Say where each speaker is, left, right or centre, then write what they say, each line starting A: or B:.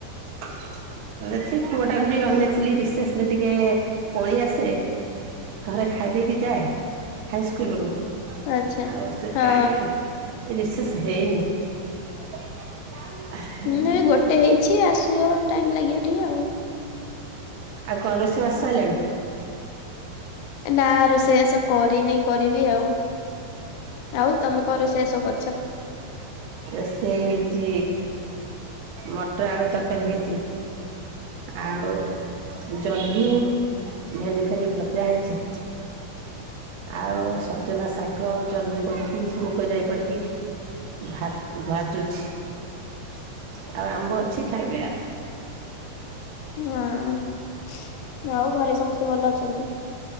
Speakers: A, on the right; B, on the left.
A: ଭଲ ଅଛି ପୁଅଟାକୁବି
B: ହୁଁ
A: ଅନେଇଥିଲି ରିସେଶ୍ ଥିରେ ଟିକେ ପଳେଇ ଆସେ ଘରେ ଖାଇ ଦେଇେଇକି ଯାଏ ହାଇସ୍କୁଲରୁ
B: ଆଚ୍ଛା
A: ଆଉ ସେ
B: ହଁ।
A: କାଇଁ ରିସେଶ୍ ହେଇନି ହେ
B: ହୁଁ ଏବେ ଗୋଟେ ହେଇଚି ଆସିବ ଟାଇମ୍ ଲାଗିବ ଟିକେ ଆଉ।
A: ଆଉ କଁ ରୋଷେଇ ବାସ ସଇଲାଣି?
B: ନା ରୋଷେଇ ବାସ କରିନି କରିବି ଆଉ। ଆଉ ତମେ କଁ ରୋଷେଇ ବାସ ସବୁ କରିଚ?
A: ରୋଷେଇ ହେଇଚି ମଟର ଆଳୁ ତରକାରୀ ହେଇଚି। ଆଉ ଜହ୍ନି ଭେଣ୍ଡି ଫେଣ୍ଡି ଭଜା ହେଇଚି। ଆଉ ସଜନା ଶାଗ ଜହ୍ନି ପଡ଼ିକି ମୁଗ ଯାଇ ପଡ଼ିକି ଭା ଭାଜୁଛି ଆଉ ଆମ୍ବ ଅଛି ଖାଇବେ ଆଉ।
B: ହଁ ଆଉ ଘରେ ସମସ୍ତେ ଭଲ ଅଛନ୍ତି?